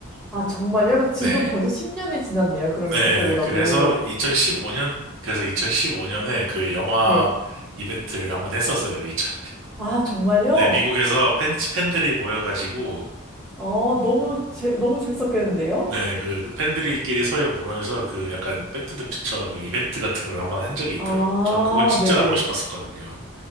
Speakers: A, in the centre; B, on the right.
A: 아, 정말요? 그 지금
B: 네
A: 벌써 10년이 지났네요. 그러면
B: 네,
A: 그때보다도.
B: 네. 그래서 2015년, 그래서 2015년에 그 영화
A: 네.
B: 이벤트를 한번 했었어요. 이천,
A: 아, 정말요?
B: 네, 미국에서 팬, 팬들이 모여가지고,
A: 어, 너무, 재, 너무 재밌었겠는데요?
B: 네, 그 팬들끼리 서로 모여서 그 약간 백투더퓨처 그 이벤트 같은 걸 한번 한 적이 있더라고요.
A: 아,
B: 저는 그거 진짜
A: 네네네.
B: 가고 싶었었거든요.